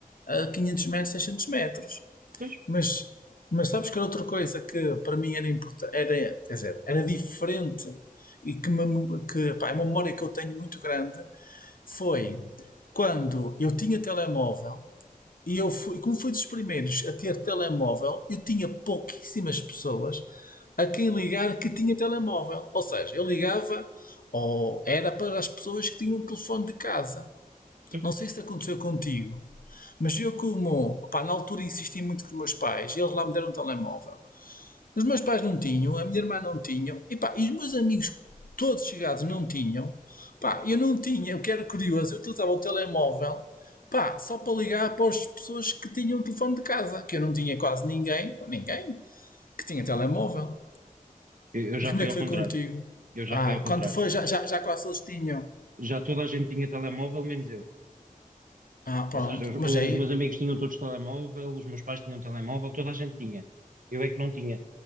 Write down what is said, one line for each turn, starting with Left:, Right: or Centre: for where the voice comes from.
Left: a 500 metros, 600 metros.
Right: Pois,
Left: Mas, mas sabes que era outra coisa que para mim era importante, era, quer dizer, era diferente e que, me, que pá, é uma memória que eu tenho muito grande foi quando eu tinha telemóvel e eu fui, como fui dos primeiros a ter telemóvel, eu tinha pouquíssimas pessoas a quem ligar que tinha telemóvel. Ou seja, eu ligava ou era para as pessoas que tinham um telefone de casa.
Right: pois.
Left: Não sei se aconteceu contigo, mas eu como, pá, na altura insisti muito com os meus pais, eles lá me deram um telemóvel. Os meus pais não tinham, a minha irmã não tinham, e pá, e os meus amigos todos chegados não tinham. Pá, eu não tinha, eu que era curioso, eu utilizava o telemóvel, pá, só para ligar para as pessoas que tinham o telefone de casa, que eu não tinha quase ninguém, ninguém, que tinha telemóvel.
Right: eu eu já
Left: E como
Right: fui
Left: é
Right: ao
Left: que foi
Right: contrário.
Left: contigo?
Right: Eu já
Left: Ah,
Right: fui ao contrário.
Left: quando foi já, já, já quase eles tinham.
Right: já toda a gente tinha telemóvel, menos eu.
Left: Ah, pronto,
Right: Ou seja, os,
Left: mas
Right: os
Left: aí,
Right: meus amigos tinham todos telemóvel, os meus pais tinham telemóvel, toda a gente tinha. Eu é que não tinha.